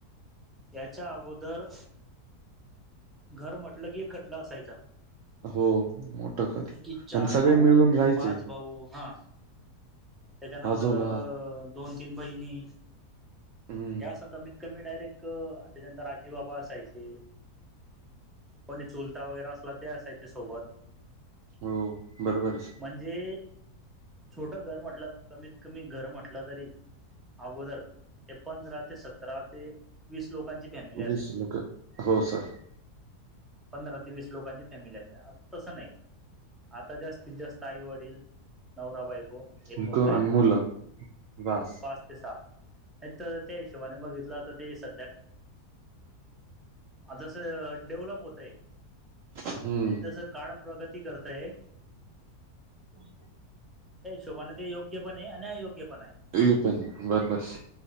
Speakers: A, in the centre; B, on the right (about 65°).
A: याच्याअगोदर, घर म्हटलं की, एक खटला असायचा.
B: हो मोठ खर
A: की चार
B: आणि सगळे
A: भाऊ,
B: मिळून राहायचे
A: पाच भाऊ हा त्याच्यानंतर
B: आजोबा
A: दोन- तीन बहिणी
B: हम्म,
A: हे असं कमीत कमी डायरेक्ट क त्याच्यानंतर आजी- बाबा असायचे, कोणी चुलता वगैरे असला ते असायच्या सोबत.
B: हो बरोबरच.
A: म्हणजे छोट घर म्हटलं, कमीत -कमी घर म्हटलं तरी, अगोदर एक पंधरा ते, सतरा ते, वीस लोकांची फॅमिली असायची.
B: वीस लोक हो सर
A: पंधरा ते वीस लोकांची फॅमिली असायची, आता तसं नाही. आता जास्तीत जास्त आई- वडील, नवरा- बायको एक
B: आणि
A: मुलगा
B: दोन
A: एक
B: मुलं
A: मुलगी
B: बास.
A: पाच ते सहा नाही तर त्या हिशोबाने बघितला तर ते सध्या जसं डेव्हलप होतंय,
B: हम्म
A: म्हणजे जसं काळ प्रगती करतंय
B: <unintelligible>
A: दोघांना ते योग्य पण आहे आणि अयोग्य पण आहे.
B: हे पण आहे. बरोबर आहे सर